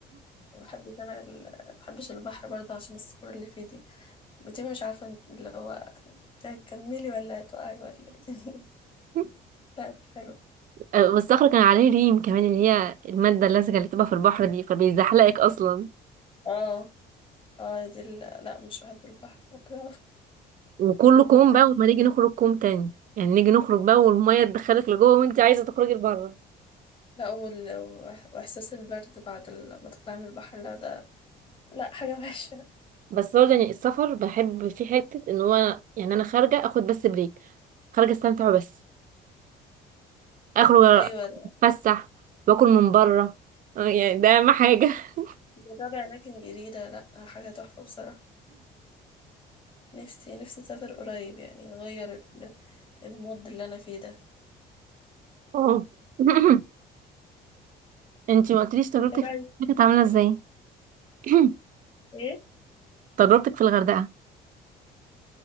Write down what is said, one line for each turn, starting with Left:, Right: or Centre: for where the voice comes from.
Left: ما بحبش انا ال... ما بحبش البحر برضه عشان الصخور اللي فيه دي بتبقي مش عارفه انت اللي هو تكملي ولا هتقعي ولا ايه دي. <laughs>
Right: <laughs>
Left: لا مش حلو
Right: والصخره كان عليه ريم كمان اللي هي الماده اللزجه اللي بتبقى في البحر دي فبيزحلقك اصلا
Left: اه اه دي ال... لا مش بحب البحر بكرهه
Right: وكله كوم
Left: عارف-
Right: بقى وما نيجي نخرج كوم تاني يعني نيجي نخرج بقى والمية تدخلك لجوه وانت عايزة تخرجي لبره
Left: <laughs> لا وال... وإح- واحساس البرد بعد ال- ما تطلعي من البحر لا ده لا حاجه وحشه
Right: بس هو يعني السفر بحب في حتة ان هو يعني انا خارجة اخد بس بريك خارجة استمتع بس اخرج
Left: <laughs> ايوه لا
Right: اتفسح واكل من بره آه، يعني ده اهم حاجة <laughs>
Left: جربي اماكن جديده لا حاجه تحفه بصراحه نفسي نفسي اسافر قريب يعني اغير ال- المود اللي انا فيه ده
Right: <coughs> اه <coughs> انتي ما قلتليش تجربتك
Left: ايه رايك
Right: في الغردقة كانت عاملة ازاي <coughs>
Left: ايه
Right: تجربتك في الغردقة